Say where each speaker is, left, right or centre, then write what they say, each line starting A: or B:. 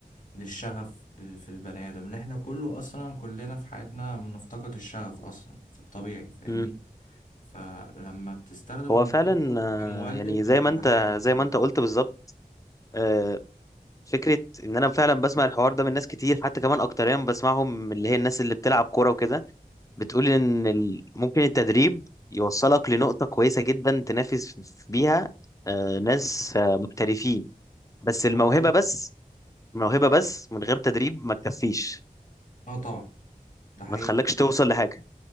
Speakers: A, on the left; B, on the left.
A: للشغف ال- في البني ادم لان احنا كله اصلا كلنا في حياتنا بنفتقد الشغف اصلا في الطبيعي فاهمني
B: مم.
A: فلما بتستخدم
B: هو
A: الموسيقى
B: فعلا آه،
A: كمولد
B: يعني زي
A: بتبقى
B: ما انت
A: حاجة جميلة
B: زي ما
A: أوي
B: انت قلت بالظبط آه، فكرة ان انا فعلا بسمع الحوار ده من ناس كتير حتى كمان اكتريا بسمعهم من اللي هي الناس اللي بتلعب كورة وكده بتقول ان ال- ممكن التدريب يوصلك لنقطة كويسة جدا تنافس ف- بيها آه، ناس آه، محترفين بس الموهبة
A: مظبوط
B: بس الموهبة بس من غير تدريب ما تكفيش
A: اه طبعا ده حقيقي
B: ما تخلكش توصل لحاجة